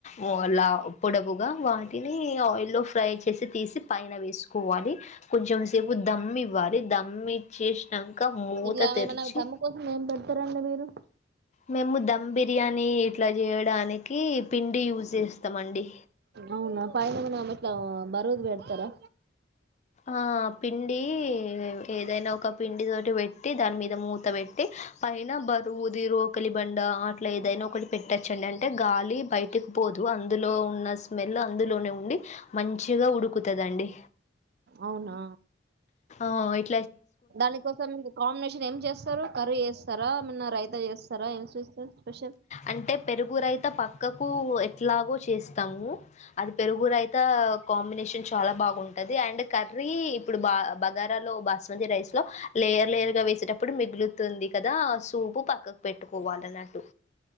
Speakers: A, on the left; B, on the right.
A: వోలా <unintelligible> గుగా వాటినీ ఆయిల్లో ఫ్రై చేసి తీసి పైన వేసుకోవాలి. కొంచెం సేపు ధమ్ ఇవ్వాలి ధమ్ ఇచ్చేసినంక మూత
B: ఇట్లా
A: తెరిచి
B: ఏమైనా దమ్ము కోసం ఏం పెడతారండి మీరు
A: మేము ధమ్ బిర్యానీ ఇట్లా జేయడానికీ పిండి యూస్ చేస్తమండి.
B: అవునా పైనేమన్నా మిట్లా బరువుది పెడతరా.
A: ఆ పిండీ ఏదైనా ఒక పిండి తోటి పెట్టి దాని మీద మూత పెట్టి పైనా బరువుది రోకలి బండా ఆ అట్ల ఏదైనా ఒకటి పెట్టచ్చండి. అంటే గాలి బయటకు పోదు అందులో ఉన్న స్మెల్ అందులోనే ఉండి మంచిగా ఉడుకుతదండి.
B: అవునా
A: ఆ ఇప్
B: దాని కోసం ఇంక కాంబినేషన్ ఏం చేస్తరు. కర్రీ చేస్తరా ఏమన్నా రైతా చేస్తరా ఏం చేస్తర్ స్పెషల్
A: అంటే పెరుగు రైత పక్కకూ ఎట్లాగో చేస్త్ స్తాము అది పెరుగురైతా కాంబినేషన్ చాలా బాగుంటది. ఆండ్ కర్రీ ఇప్పుడు బా బగారా లో బాస్మతి రైస్ లో లేయర్ లేయర్ గా వేసేటప్పుడు మిగులుతుంది కదా, సూపు పక్కకు పెట్టుకోవాల అన్నట్టు.